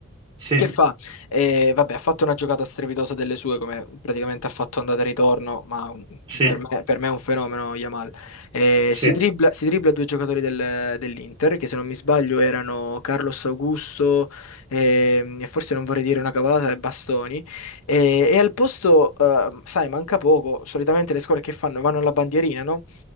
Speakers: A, on the right; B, on the left.
A: sì,
B: che fa? Eh, vabbè, ha fatto una giocata strepitosa delle sue, come praticamente ha fatto andata e ritorno, ma un-
A: sì,
B: per me, per me è un fenomeno Yamal. Eh,
A: sì,
B: si dribbla, si dribbla due giocatori del- dell'Inter, che se non mi sbaglio erano Carlos Augusto ehm, e forse non vorrei dire una cavolata, e Bastoni. Eh, e al posto, eh, sai, manca poco, solitamente le squadre che fanno? Vanno alla bandierina, no?